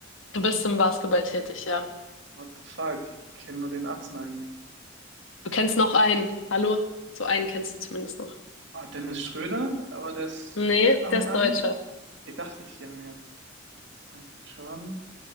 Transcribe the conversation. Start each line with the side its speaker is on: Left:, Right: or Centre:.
Left: du bist im Basketball tätig, ja.
Right: What the fuck? Ich kenne nur den Atzen eigentlich.
Left: Du kennst noch einen. Hallo? So einen kennst du zumindest noch.
Right: Ah, Dennis Schröder? Aber das,
Left: Nee,
Right: ist das Ami
Left: der ist
Right: Ami?
Left: Deutscher.
Right: Ihr dachte ich ja mir. Michael Jordan?